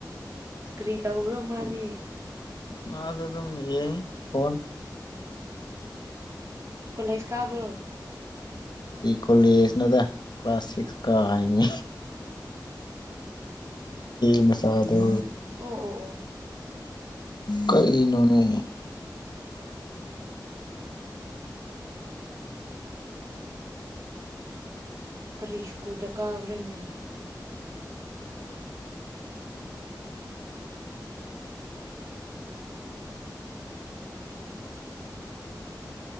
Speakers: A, on the right; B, on the left.
A: ꯀꯔꯤ ꯇꯧꯕ꯭ꯔꯣ ꯃꯥꯗꯤ
B: ꯃꯥꯗꯤ ꯑꯗꯨꯝ ꯌꯦꯉꯤ ꯐꯣꯟ
A: ꯀꯣꯂꯦꯁ ꯀꯥꯕ꯭ꯔꯣ
B: ꯀꯔꯤ ꯀꯣꯂꯦꯖꯅꯣꯗ ꯀ꯭ꯂꯥꯁ ꯁꯤꯛꯁ ꯀꯥꯏꯅꯤ ꯏꯆꯦ ꯃꯆꯥꯗꯨ
A: ꯎꯝ ꯑꯣ ꯑꯣ ꯑꯣ
B: ꯀꯔꯤꯅꯣꯅꯦ
A: <inaudible> ꯀꯔꯤ ꯁ꯭ꯀꯨꯜꯗ ꯀꯥꯕ꯭ꯔꯅꯦ